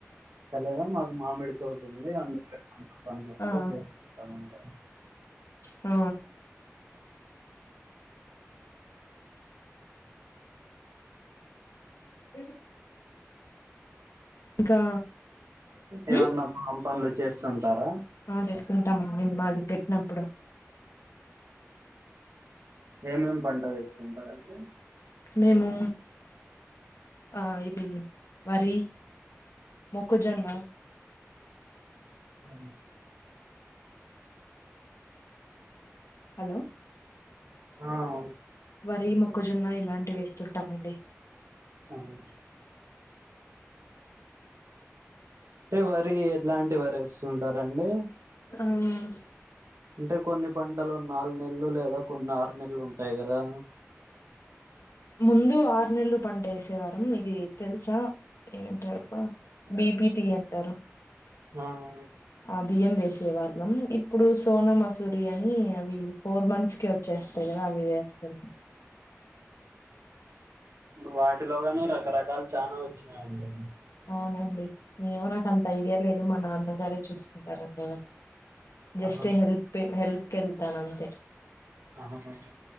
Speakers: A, on the right; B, on the left.
A: సలే మాకు మామిడి తోట ఉంది అందులో మా పనులు
B: ఆ
A: చేపిస్తామండి
B: ఉ ఉ ఇంకా మ్మ్?
A: ఏవన్నా ప పనులు చేస్తుంటారా
B: ఆ చేస్తుంటామం అండి మాది పెట్టినప్పుడు
A: ఏమేమి పంటలేస్తుంటారు అండి
B: మేము ఆ ఇది వరి మొక్కజొన్న
A: అ
B: హలో
A: ఆ ఆ
B: వరీ మొక్కజొన్న ఇలాంటి వేస్తుంటామండి
A: అవును అంటే వరి ఎట్లాంటి వరి వేస్తుంటారండి
B: ఉ
A: అంటే కొన్ని పంటలు నాలుగు నెలలు లేదా కొన్ని ఆరు నెలలు ఉంటాయి కదా
B: ముందు ఆరు నెలలు పంట వేసేవాలం ఇది తెలుసా ఏటబ్బా బిపిటి అంటారు
A: ఆహ
B: ఆ బియ్యం వేసే వాళ్ళం ఇప్పుడు సోనమాస్ దుర్యయని అని అవి ఫోర్ మంత్స్ కి వచ్చేస్తాయి కదా అవి వేస్తున్నా
A: వాటిలోగానీ రకరకాల ఛానలు వచ్చినాయండి
B: అవును అండి ఏమో నాకు అంత ఐడియా లేదు మా నాన్న గారే చూసుకుంటారు ఎదేనా జస్ట్
A: ఆహా
B: హెల్ప్ హల్ప్ కి వెళ్తాను అంతే
A: ఆహా